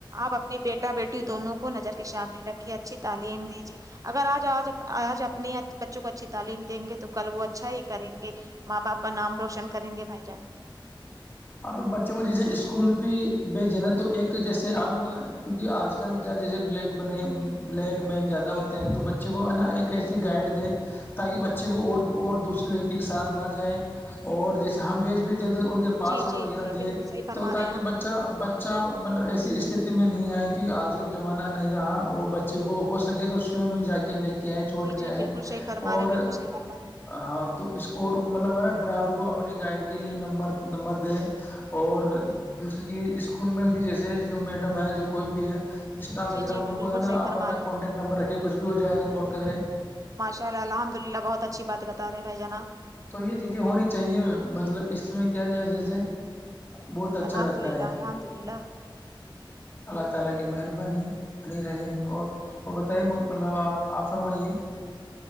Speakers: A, on the right (about 40°); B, on the left (about 25°).
A: آپ اپنی بیٹا بیٹی دونوں کو نظر کے سامنے رکھیے اچھی تعلیم دیجیے اگر آج آج آج اپنے بچوں کو اچھی تعلیم دیں گے تو کل وہ اچھا ہی کریں گے ماں باپ کا نام روشن کریں گے بھائی جان
B: ہاں تو بچے کو جیسے اسکول بھی بھیجیں نا تو ایک جیسے ہم کیونکہ آج کل کیا جیسے بلیک بنے بلیک مین زیادہ ہوتے ہیں تو بچے کو ہے نا ایک ایسی گائیڈ دے تاکہ بچے کو اور اور دوسرے ویکتی کے ساتھ نہ جائیں اور جیسے ہم بیچ بھیتے ہیں تو ان کے پاسورڈ
A: جی جی
B: وغیرہ
A: جی
B: دے
A: بالکل صحیح فرما
B: تو تاک
A: رہے ہیں آپ
B: ب بچہ بچہ مطلب ایسی استھتی میں نہیں آئے کیونکہ آج کل زمانہ نہیں رہا اور بچہ کو ہو سکے تو سوی میں جا کے لے گ ہے چھوٹ
A: جی جی
B: گیا
A: بالکل
B: ہے
A: صحیح فرما
B: اور
A: رہے ہیں، بالکل صحیح فرما رہے ہیں
B: ہاں تو اس اور مطلب ہے نا ڈرائیور کو اپنی گائڈ کے لیے نمبر نمبر دیں اور دوسری چیز اسکول میں بھی جیسے جو میڈم ہے جو کوئی بھی ہے اسٹاف
A: جی
B: وغیرہ
A: جی
B: ان
A: جی بالکل
B: کو جو ہے نا
A: صحیح
B: اپنا
A: فرما رہے
B: کانٹیکٹ
A: ہیں
B: نمبر رکھے کچھ بھی ہو جائے تو کال کریں
A: چلو الحمد للہ بہت اچھی بات بتا رہے ہیں بھائی جناب
B: تو یہ چیزیں ہونی چاہیے مطلب اس میں کیا ج جیسے بہت اچھا
A: الحمد
B: رہتا
A: للہ
B: ہے
A: الحمد للہ
B: اللہ تعالی کی مہربانی بنی رہے اور اور بتائیے مطلب آپ آپ فرمائیے